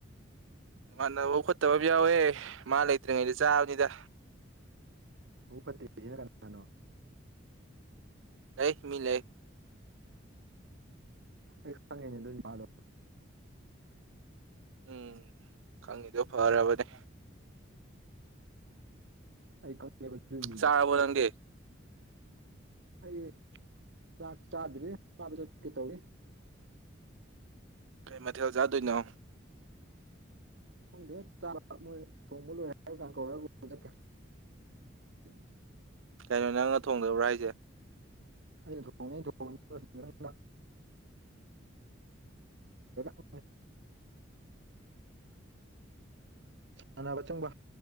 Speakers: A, on the right (about 80°); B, on the right (about 65°).
A: ꯏꯃꯥꯟꯅꯕ ꯈꯠꯇꯕ ꯑꯃ ꯌꯥꯎꯋꯦ ꯃꯥ ꯂꯩꯇ꯭ꯔꯤꯉꯩꯗ ꯆꯥꯕꯅꯤꯗ
B: ꯨꯄꯇꯔꯅꯣ
A: ꯂꯩ ꯃꯤ ꯂꯩꯦ
B: ꯑꯩ ꯈꯪꯉꯦꯅꯦ ꯑꯗꯨꯂꯣ
A: ꯎꯝ ꯈꯪꯉꯤꯗꯣ ꯐꯔꯕꯅꯦ
B: ꯑꯩ ꯈꯪꯉꯦꯕ ꯃꯤꯗꯣ
A: ꯆꯥꯔꯕꯣ ꯅꯪꯗꯤ
B: ꯑꯩ ꯆꯥꯛ ꯆꯥꯗ꯭ꯔꯔꯤ ꯆꯥꯕ ꯆꯠꯀꯦ ꯇꯧꯋꯤ
A: ꯀꯩ ꯃꯊꯦꯜ ꯆꯥꯗꯣꯏꯅꯣ
B: ꯈꯣꯡꯗꯦꯥꯕ ꯃꯣꯏ ꯊꯣꯡꯕ ꯂꯣꯏꯔꯦ ꯍꯥꯏꯔ ꯀ ꯀꯧꯔꯒ ꯆꯠꯀꯦ ꯑꯣ
A: ꯀꯩꯅꯣ ꯅꯪꯅ ꯊꯣꯡꯗꯕ꯭ꯔꯥ ꯍꯥꯏꯁꯦ
B: ꯑꯩꯅ ꯊꯣꯡꯉ <unintelligible> <inaudible> ꯁꯥꯟꯅꯕ ꯆꯪꯕ